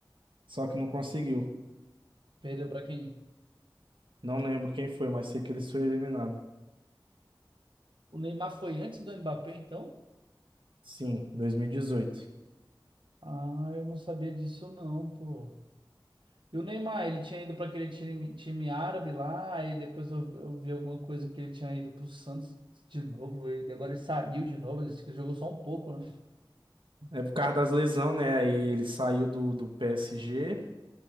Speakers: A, on the right; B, on the right.
A: só que não conseguiu.
B: Perdeu pra quem?
A: Não lembro quem foi, mas sei que eles foram eliminados.
B: O Neymar foi antes do Mbappé, então?
A: Sim, 2018.
B: Ah, eu não sabia disso não, pô. E o Neymar, ele tinha ido para aquele time, time árabe lá, aí depois eu, eu vi alguma coisa que ele tinha ido para o Santos de novo, e agora ele saiu de novo, ele se- jogou só um pouco, né?
A: É por causa das lesões, né? Aí ele saiu do, do PSG,